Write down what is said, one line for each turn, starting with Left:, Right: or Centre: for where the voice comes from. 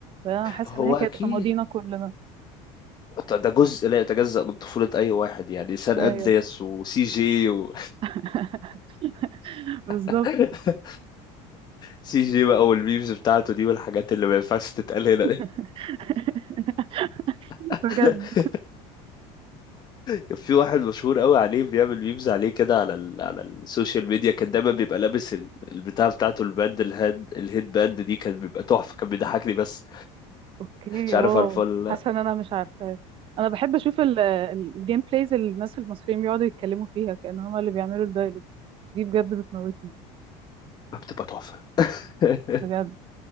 Right: لأن أنا حاسة
Left: هو
Right: إن هي كانت
Left: اكيد
Right: في ماضينا كلنا
Left: ده جزء لا يتجزأ من طفولة أي واحد يعني سان
Right: أيوه
Left: أندرياس وسي جي و...
Right: <laughs> بالظبط
Left: <laughs> سي جي بقى والميمز بتاعته دي والحاجات اللي ما ينفعش تتقال هنا
Right: <laughs>
Left: دي <laughs>
Right: بجد
Left: كان في واحد مشهور قوي عليه بيعمل ميمز عليه كده على ال... على السوشيال ميديا كان دايما بيبقى لابس ال- البتاع بتاعته الباند الهيد الهيد باند دي كان بيبقى تحفة كان بيضحكني بس
Right: أوكي
Left: مش عارف
Right: واو
Left: عارفه ولا
Right: حاسة
Left: لا
Right: إن أنا مش عارفة أنا بحب أشوف الجيم بلايز اللي الناس المصريين بيقعدوا يتكلموا فيها كأن هما اللي بيعملوا الدايلوج دي بجد بتموتني
Left: بتبقى تحفة <laughs>
Right: بجد